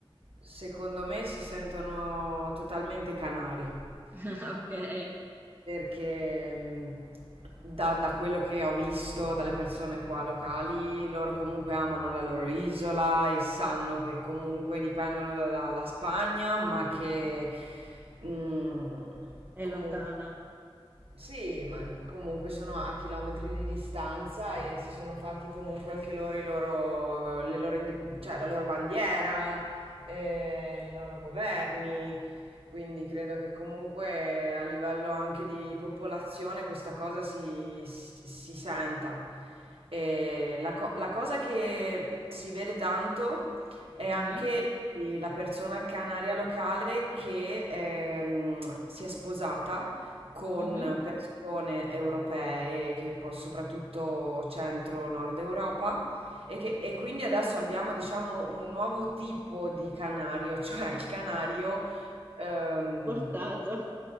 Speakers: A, on the right; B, on the right.
A: secondo me si sentono totalmente canari.
B: <laughs> Ok,
A: Perché, mhmm, da da quello che ho visto, dalle persone qua locali, loro comunque amano la loro isola e sanno che comunque dipendono da dalla Spagna, ma che, mhmm,
B: è
A: comun
B: lontana.
A: sì, ma comunque sono a chilometri di distanza e si sono fatti comunque anche loro, i loro, le loro inde- cioè la loro bandiera, eh, i loro governi, quindi credo che comunque a livello anche di popolazione questa cosa si, si- si senta. E la, co- la cosa che si vede tanto è
B: Mhm,
A: anche la persona canaria locale che ehm, si è sposata con
B: mhm.
A: persone europee, che poi soprattutto centro-nord Europa, e, che- e quindi adesso abbiamo, diciamo, un nuovo tipo di canario, <laughs> cioè il canario, ehm,
B: Portato.